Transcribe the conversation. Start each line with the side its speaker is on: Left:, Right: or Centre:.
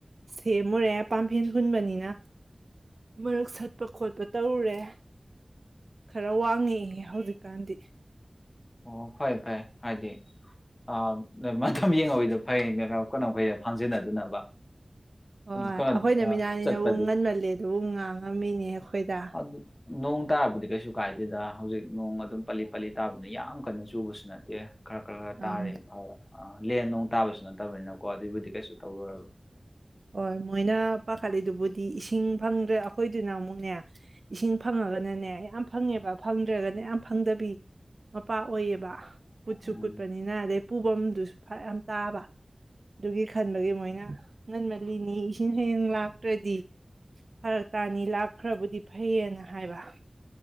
Right: ꯁꯦꯝꯃꯨꯔꯦ ꯄꯥꯝꯐꯦꯟ ꯍꯨꯟꯕꯅꯤꯅ ꯃꯔꯛ ꯁꯠꯄ ꯈꯣꯠꯄ ꯇꯧꯔꯨꯔꯦ ꯈꯔ ꯋꯥꯡꯉꯛꯏꯦ ꯍꯧꯖꯤꯛ ꯒꯥꯟꯙꯤ
Left: ꯑꯣ ꯐꯩ ꯐꯩ ꯍꯥꯏꯗꯤ ꯑ ꯃꯇꯝ ꯌꯦꯡꯉꯤꯗꯣ ꯐꯩ ꯀꯠꯈꯩꯗ ꯐꯥꯡꯖꯤꯟꯅꯗꯅꯕ
Right: ꯍꯣꯏ ꯑꯩꯈꯣꯏꯅ
Left: ꯀꯩꯅꯣ
Right: ꯃꯤꯅꯥꯅꯤꯅ
Left: ꯆꯠꯄꯗꯤ
Right: ꯎ ꯉꯟꯃꯜꯂꯦ ꯑꯗꯨ ꯎ ꯉꯥꯡꯉꯝꯃꯤꯅꯦ ꯑꯩꯈꯣꯏꯗ
Left: ꯑꯗꯨ ꯅꯣꯡ ꯇꯥꯕꯗꯤ ꯀꯩꯁꯨ ꯎ ꯀꯥꯏꯗꯨꯗ ꯍꯧꯖꯤꯛ ꯅꯣꯡ ꯑꯗꯨꯝ ꯄꯜꯂꯤ ꯄꯜꯂꯤ ꯇꯥꯕꯅ ꯌꯥ ꯌꯥꯝ ꯀꯟꯅ ꯆꯨꯕꯁꯨ ꯅꯠꯇꯦ ꯈꯔ ꯈꯔ ꯈꯔ ꯇꯥꯔꯤꯦꯅ
Right: ꯑꯪ
Left: ꯐꯥꯔ ꯑꯥ ꯂꯦꯟ ꯅꯨꯡ ꯇꯥꯕꯁꯨ ꯅꯠꯇꯕꯅꯤꯅꯀꯣ ꯑꯗꯨꯏꯕꯨꯗꯤ ꯀꯩꯁꯨ ꯇꯧꯔꯣꯏꯔꯕ
Right: ꯍꯣꯏ ꯃꯣꯏꯅ ꯄꯥꯈꯠꯂꯤꯗꯨꯕꯨꯗꯤ ꯏꯁꯤꯡ ꯐꯪꯗ꯭ꯔ ꯑꯩꯈꯣꯏꯗꯨꯅ ꯑꯃꯨꯛꯅꯦ ꯏꯁꯤꯡ ꯐꯪꯉꯒꯅꯅꯦ ꯌꯥꯝ ꯐꯪꯉꯦꯕ ꯐꯪꯗ꯭ꯔꯒꯅ ꯌꯥꯝ ꯐꯪꯗꯕꯤ ꯃꯄꯥ ꯑꯣꯏꯌꯦꯕ ꯀꯨꯠꯁꯨ
Left: ꯎꯝ
Right: ꯀꯨꯠꯄꯅꯤꯅ ꯑꯗꯩ ꯄꯨꯐꯝꯗꯨ ꯐ ꯌꯥꯝ ꯇꯥꯕ ꯑꯗꯨꯒꯤ ꯈꯟꯕꯒꯤ ꯃꯣꯏꯅ ꯉꯟꯃꯜꯂꯤꯅꯤ ꯏꯁꯤꯡ ꯍꯌꯦꯡ ꯂꯥꯛꯇ꯭ꯔꯗꯤ ꯐꯔꯛ ꯇꯥꯅꯤ ꯂꯥꯛꯈ꯭ꯔꯕꯨꯗꯤ ꯐꯩꯌꯦꯅ ꯍꯥꯏꯕ